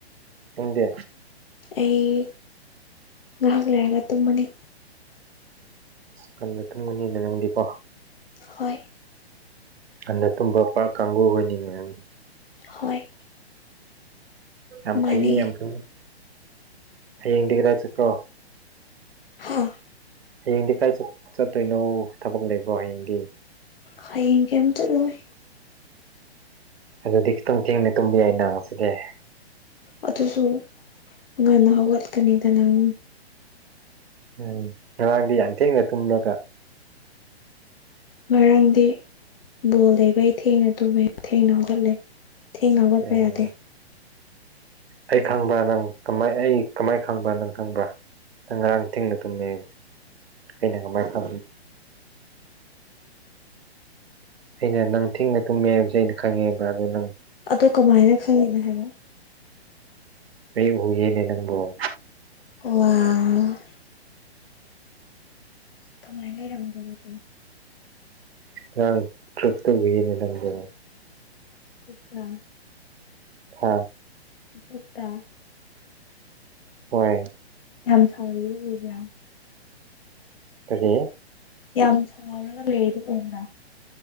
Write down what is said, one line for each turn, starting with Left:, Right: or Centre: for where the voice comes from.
Right: ꯍꯗꯤꯦ
Left: ꯑꯩ ꯉꯥꯏ ꯍꯥꯛ ꯂꯏꯔꯒ ꯇꯨꯃꯝꯅꯤ
Right: ꯀꯟꯅ ꯈꯪꯒꯅꯤꯅ ꯅꯪꯗꯤꯀꯣ
Left: ꯍꯣꯏ
Right: ꯍꯟꯗ ꯇꯨꯝꯕ ꯄꯨꯔ ꯀꯥꯡꯒꯕꯨ ꯑꯣꯏꯅꯤꯅꯦ ꯅꯪꯗꯤ
Left: ꯍꯣꯏ
Right: ꯌꯥꯝ
Left: ꯃꯥꯅꯦ
Right: ꯐꯩꯌꯦ ꯌꯥꯝ ꯐꯩ ꯍꯌꯦꯡꯗꯤꯒꯗ ꯆꯠꯀ꯭ꯔꯣ
Left: ꯍꯥꯥ
Right: ꯍꯌꯦꯡꯗꯤ ꯀꯥꯏ ꯆꯠꯇꯣꯏꯅꯣ ꯊꯕꯛ ꯂꯩꯕ꯭ꯔꯣ ꯍꯌꯦꯡꯗꯤ
Left: ꯍꯌꯦꯡ ꯀꯩꯝ ꯆꯠꯂꯣꯏ
Right: ꯑꯗꯨꯗꯤ ꯈꯤꯇꯪ ꯊꯤꯡꯅ ꯇꯨꯝꯕ ꯌꯥꯏ ꯅꯥꯡꯁꯤꯗꯤ
Left: ꯑꯗꯨꯁꯨ ꯉꯟꯅ ꯍꯧꯒꯠꯀꯅꯤꯗ ꯅꯪ
Right: ꯎꯝ ꯉꯔꯥꯡꯗꯤ ꯌꯥꯝꯊꯦꯡꯅ ꯇꯨꯝꯂꯒ
Left: ꯉꯔꯥꯡꯗꯤ ꯕꯣꯜ ꯂꯩꯕꯩ ꯊꯦꯡꯅ ꯇꯨꯝꯃꯦ ꯊꯦꯡꯅ ꯍꯧꯒꯠꯂꯦ ꯊꯦꯡꯅ ꯍꯧꯒꯠꯄ
Right: ꯑꯣꯝ
Left: ꯌꯥꯗꯦ
Right: ꯑꯩ ꯈꯪꯕ꯭ꯔꯥ ꯅꯪ ꯀꯃꯥꯏ ꯑꯩ ꯀꯃꯥꯏꯅ ꯈꯪꯕ꯭ꯔꯥ ꯅꯪ ꯈꯪꯕ꯭ꯔꯥ ꯅꯪ ꯉꯔꯥꯡ ꯊꯤꯡꯅ ꯇꯨꯝꯃꯦ ꯍꯥꯏꯕꯁꯦ ꯑꯩꯅ ꯀꯃꯥꯏꯅ ꯐ ꯑꯩꯅ ꯅꯪ ꯊꯦꯡꯅ ꯇꯨꯝꯃꯦ ꯍꯥꯏꯕꯁꯦ ꯑꯩꯅ ꯈꯪꯉꯦꯕ ꯑꯗꯣ ꯅꯪ
Left: ꯑꯗꯣ ꯀꯃꯥꯏꯅ ꯈꯪꯜꯂꯤꯅ ꯍꯥꯏꯕ
Right: ꯑꯦ ꯎ ꯌꯦꯦꯅꯦ ꯅꯪꯕꯨꯣ
Left: ꯑ ꯀꯃꯥꯏꯅ ꯂꯩꯔꯝꯒꯦ ꯑꯗꯨꯗꯤ
Right: ꯔꯥꯡ ꯆꯛꯇ ꯅꯔꯪꯕ
Left: ꯗ
Right: ꯍꯥ
Left: ꯐꯨꯛꯇ
Right: ꯍꯣꯏ
Left: ꯌꯥꯝ ꯁꯥꯎꯋꯦꯗꯣ ꯎꯕ꯭ꯔꯥ
Right: ꯀꯔꯤ
Left: ꯌꯥꯝ ꯁꯥꯎꯔꯒ ꯂꯩꯗ ꯑꯣꯗ